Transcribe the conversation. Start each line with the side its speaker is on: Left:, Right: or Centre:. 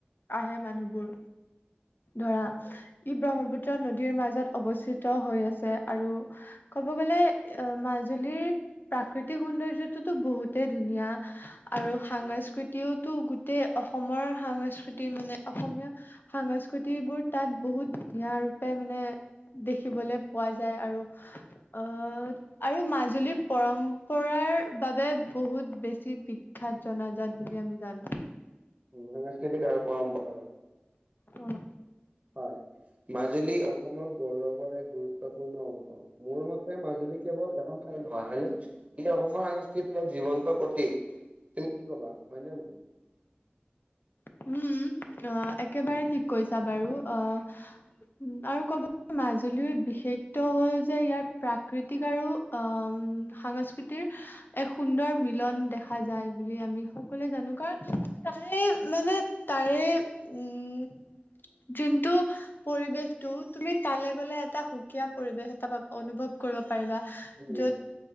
Left: আহে মানুহবোৰ ধৰা ই ব্ৰহ্মপুত্ৰ নদীৰ মাজত অৱস্থিত হৈ আছে আৰু ক'ব গ'লে এ মাজুলীৰ প্ৰাকৃতিক সৌন্দৰ্যটোটো বহুতেই ধুনীয়া আৰু সাস্কৃতিওতো
Right: উম
Left: গোটেই অসমৰ সাস্কৃতি মানে অসমীয়া সাংস্কৃতিবোৰ তাত বহুত ধুনীয়া ৰূপে মানে দেখিবলে পোৱা যায় আৰু আহ আৰু মাজুলীৰ পৰম্পৰাৰ বাবে বহুত বেছি বি খ্যাত জনাজাত বুলি আমি জান
Right: সাংস্কৃতিক আৰু পৰম্প
Left: উম।
Right: হয়। মাজুলী অসমৰ গৌৰৱৰ এক গুৰুত্বপূৰ্ণ অংশ। মোৰ মতে মাজুলী কেৱল এখন ঠাই নহয়, হয়নে? ই অসমৰ সাংস্কৃতিক জীৱন্ত প্ৰতীক। তুমি কি কবা? হয়নে নহয়?
Left: উম, অ' একেবাৰে ঠিক কৈছা বাৰু, অ'- আৰু কব মাজুলীৰ বিশেষত হ'ল যে ইয়াৰ প্ৰাকৃতিক আৰু আম সাংস্কৃতিৰ এক সুন্দৰ মিলন দেখা যায় বুলি আমি সকলোৱে জানো, কাৰণ তাৰে মানে তাৰে উম যোনটো পৰিৱেশটো তুমি তালে গ'লে এটা সুকীয়া পৰিৱেশ এটা পাব অনুভৱ কৰিব পাৰিবা,
Right: উম,
Left: য'ত